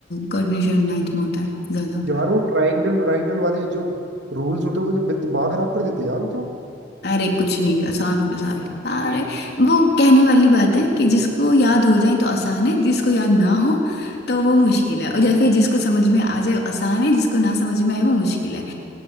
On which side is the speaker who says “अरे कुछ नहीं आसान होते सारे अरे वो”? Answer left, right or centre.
Left